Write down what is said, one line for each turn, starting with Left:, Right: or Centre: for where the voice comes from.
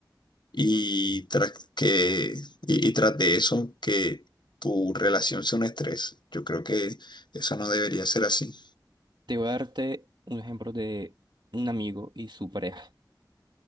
Left: y tras que, y, y tras de eso, que tu relación sea un estrés. Yo creo que eso no debería ser así.
Right: Te voy a darte un ejemplo de un amigo y su pareja.